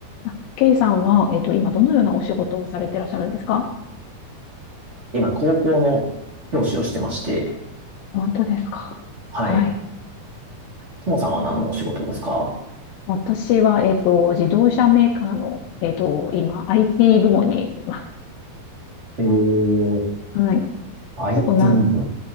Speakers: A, on the left; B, on the right.
A: あ、ケイさんは、えっと、今どのようなお仕事をされてらっしゃるんですか
B: 今、高校の教師をしてまして、
A: 本当ですかはい。
B: はい。ともさんは何のお仕事ですか
A: 私は、えっと、自動車メーカーの、えっと、今、IT 部門にいま
B: えー、
A: す。はい。
B: IT
A: 結構な、
B: 部。